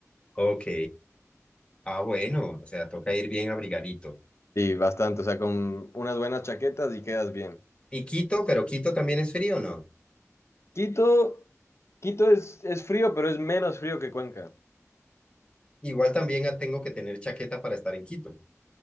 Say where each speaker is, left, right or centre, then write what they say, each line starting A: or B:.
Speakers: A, on the left (about 20°); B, on the left (about 55°).
A: ok. Ah, bueno, o sea, toca ir bien abrigadito.
B: Y bastante, o sea, con unas buenas chaquetas y quedas bien.
A: ¿Y Quito, pero Quito también es frío, ¿no?
B: Quito, Quito es, es frío, pero es menos frío que Cuenca.
A: Igual también ah, tengo que tener chaqueta para estar en Quito.